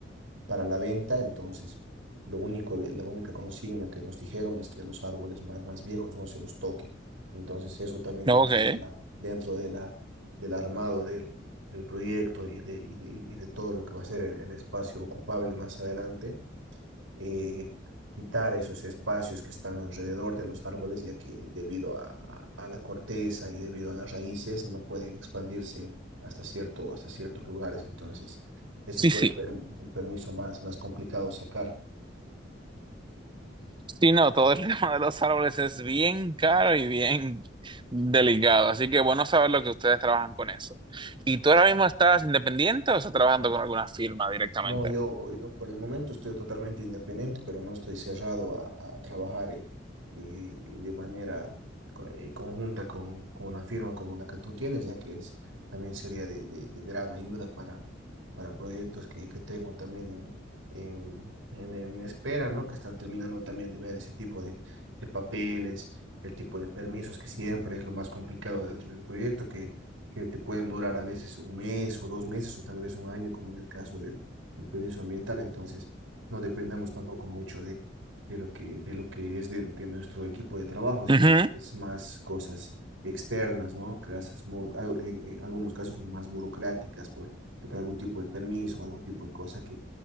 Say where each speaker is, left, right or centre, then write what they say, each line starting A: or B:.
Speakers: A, on the right; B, on the right.
A: para la venta, entonces lo único, la única consigna que nos dijeron es que los árboles más, más viejos no se los toque. Entonces eso también
B: No,
A: dentro
B: ok.
A: de la, dentro de la, del armado del, del proyecto y de, y de, y de todo lo que va a ser el, el espacio ocupable más adelante, eh, quitar esos espacios que están alrededor de los árboles, ya que debido a, a- a la corteza y debido a las raíces no pueden expandirse hasta cierto, hasta ciertos lugares. Entonces, ese
B: Sí,
A: fue
B: sí.
A: el, per- el permiso más, más complicado sacar.
B: Sí, no, todo el <laughs> tema de los árboles es bien caro y bien delicado, así que bueno saber lo que ustedes trabajan con eso. ¿Y tú ahora mismo estás independiente o estás trabajando con alguna firma directamente?
A: No, yo, yo por el momento estoy totalmente independiente, pero no estoy cerrado a, a trabajar y- y de manera co- eh, conjunta con, con una firma como la que tú tienes, ya que es, también sería de, de- de gran ayuda para, para proyectos que, que tengo también en, en, en- en espera, ¿no? Que están terminando también de ver ese tipo de, de papeles, el tipo de permisos, que siempre es lo más complicado dentro de un proyecto, que, que te pueden durar a veces un mes o dos meses o tal vez un año, como en el caso del el permiso ambiental, entonces no dependemos tampoco mucho de, de lo que, de lo que es de, de nuestro equipo de trabajo, sino
B: Ujú,
A: que es más cosas externas, ¿no? Casas, mu- al- en, en algunos casos son más burocráticas por sacar algún tipo de permiso o algún tipo de cosa que,